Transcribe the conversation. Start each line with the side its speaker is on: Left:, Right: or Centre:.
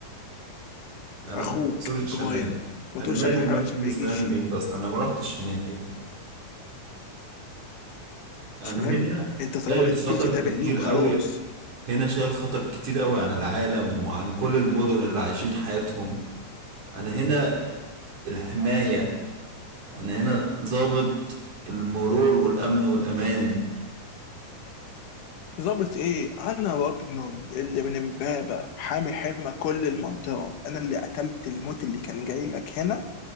Right: انا
Left: اخوك
Right: بكره سور الشمال
Left: براين ما
Right: انا
Left: تقولش
Right: مالي
Left: عليه
Right: ومال
Left: حرام عشان
Right: كينجز
Left: ما يجيش
Right: لاندنج
Left: شيء.
Right: اصلا انا ما رحتش هناك يعني انا
Left: مش مهم
Right: هنا
Left: انت طالما
Right: شايل
Left: بقيت
Right: خطر
Left: جزء تابع
Right: كتير
Left: ليهم خلاص
Right: قوي هنا شايل خطر كتير قوي عن العالم وعن كل المدن اللي عايشين حياتهم انا هنا الحماية انا هنا ضابط المرور والامن والامان
Left: ظابط ايه انا راجنر اللي من امبابة حامي حمى كل المنطقة انا اللي قتلت الموت اللي كان جاي لك هنا